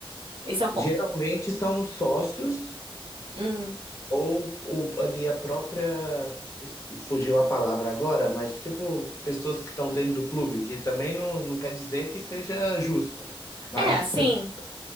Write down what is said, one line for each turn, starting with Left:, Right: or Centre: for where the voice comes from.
Right: Esse é o ponto.
Left: Geralmente são os sócios
Right: Hum.
Left: ou, ou ali a própria. es- Fugiu a palavra agora, mas tipo, pessoas que estão dentro do clube, que também não, não quer dizer que seja justo, né? Mas,
Right: É, sim.
Left: <laughs>